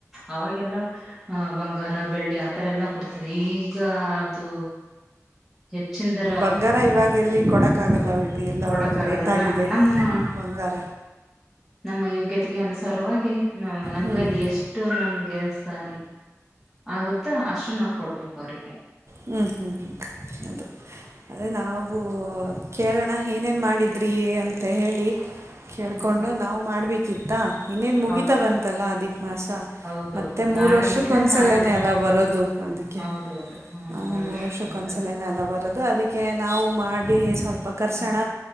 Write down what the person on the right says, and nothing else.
ಬಂಗಾರ ಇವಾಗ ಎಲ್ಲಿ ಕೊಡಕ್ ಆಗಲ್ಲ ಬಿೇಡಿ ಎಲ್ಲ
ರೇಟ್ ಆಗಿದೆ
ಬಂಗಾರ
ಹ್ಞೂ
ಹ್ಮ್ ಹ್ಮ್ ಹ್ಮ ಅದು ಅಂದರೆ ನಾವು ಕೇಳೋಣ ಏನೇನ್ ಮಾಡಿದ್ದ ್ರಿ ಅಂತ ಹೇಳಿ ಕೇಳ್ಕೊಂಡು
ನಾ್ ಮಾಡ್ಬೇಕು ಕತ್ತ ಇನ್ನೇನ್ ಮುಗಿತಾ
ಬಂತಲ್ಲ ಅದಕ್ ಮಾಸ
ಮತ್ತೆ ಮೂರು
ವರ್ಷಕ್ಕ
ಒಂದ್ಸಲೆನೆ
ಎಲ್ಲ ಬರೋದು ಅದಕ್ಕೆ
ಆ
ಮೂರು
ವರ್ಷಕ್ಕೊಂದ್ಸಲ
ನಲ್ಲ ಬರೋದು ಅದಕ್ಕೆ ನಾವು ಮಾಡಿ ಸ್ವಲ್ಪ ಕರ್ಸೋಣ